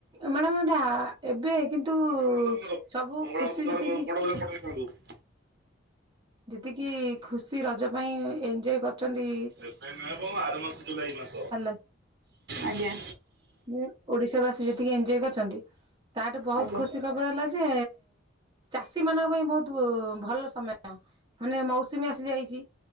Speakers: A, on the right; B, on the right.
A: ମ୍ୟାଡ଼ାମ ଏଟା ଏବେ କିନ୍ତୁ
B: <unintelligible> ମଙ୍ଗଳବାର
A: ସବୁ
B: ବୁଧବାର
A: ଖୁସି
B: ବଡ
A: ଯେତିକି
B: ବଜେଟ ପଟେଇଥାନ୍ତୁ।
A: ଯେତିକି ଖୁସି ରଜ ପାଇଁ ଏଞ୍ଜୟ କରିଚନ୍ତି।
B: ଏବେ ନୁହେଁ ବ ଆର ମାସ ଜୁଲାଇ ମାସ।
A: ହ୍ୟାଲୋ
B: ଆଜ୍ଞା।
A: ଉଁ ଓଡିଶା ବାସୀ ଯେତିକି ଏଞୟ କରିଚନ୍ତି। ତାଟୁ ବହୁତ
B: ଆଜ୍ଞା।
A: ଖୁସି ଖବର ହେଲା ଯେ ଚାଷୀମାନଙ୍କ ପାଇଁ ବୋହୁତୁ ଭଲ ସମୟ। ମାନେ ମୌସୁମୀ ଆସି ଯାଇଚି